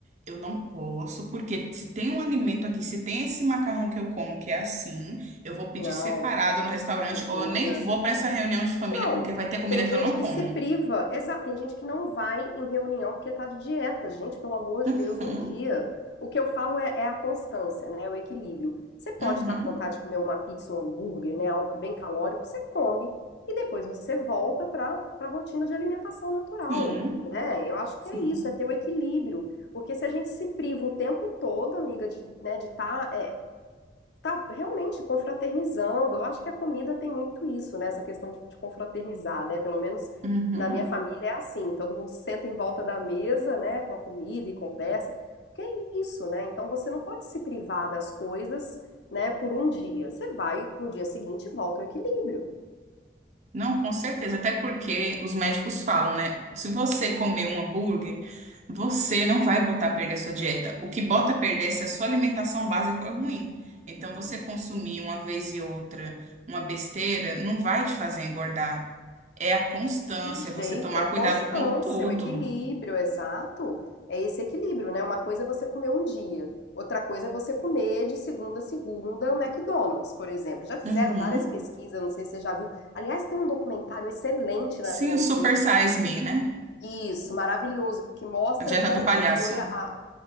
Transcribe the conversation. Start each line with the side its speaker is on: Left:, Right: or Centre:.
Right: Eu não posso, porque se tem um alimento aqui, se tem esse macarrão que eu como que é assim, eu vou pedir
Left: Não,
Right: separado no restaurante,
Left: imagina.
Right: ou eu nem vou para essa reunião de família,
Left: Não,
Right: porque vai ter comida
Left: tem gente
Right: que eu não
Left: que
Right: como.
Left: se priva, exato, tem gente que não vai em reunião porque tá de dieta. Gente, pelo amor de
Right: Uhum,
Left: Deus, um dia. O que eu falo é, é a constância, né? É O equilíbrio. Você pode
Right: uhum,
Left: estar com vontade de comer uma pizza, um hambúrguer, né? Algo bem calórico, você come e depois você volta para para a rotina de alimentação natural,
Right: sim,
Left: né? Eu acho que
Right: sim.
Left: é isso, é ter o equilíbrio. Porque se a gente se priva o tempo todo, amiga, de, né, de estar tá realmente confraternizando. Eu acho que a comida tem muito isso, né? Essa questão de confraternizar, né? Pelo menos
Right: Uhum.
Left: na minha família é assim, todo mundo senta em volta da mesa, né, com a comida e conversa. Porque é isso, né? Então você não pode se privar das coisas, né, por um dia. Você vai no dia seguinte e volta ao equilíbrio.
Right: Não, com certeza, até porque os médicos falam, né? Se você comer um hambúrguer, você não vai botar a perder a sua dieta. O que bota a perder é se a sua alimentação base for ruim. Então, você consumir uma vez e outra uma besteira não vai te fazer engordar. É a constância,
Left: jeito,
Right: é você tomar
Left: é a constância,
Right: cuidado com tudo.
Left: é o equilíbrio, exato. É esse equilíbrio, né? Uma coisa é você comer um dia, outra coisa é você comer de segunda a segunda o McDonald's, por exemplo. Já fizeram
Right: Uhum.
Left: várias pesquisas, não sei se você já viu. Aliás, tem um documentário excelente na
Right: Sim,
Left: Netflix.
Right: o Super Size Me, né?
Left: Isso, maravilhoso, que mostra
Right: A dieta
Left: como
Right: do palhaço.
Left: que foi a, a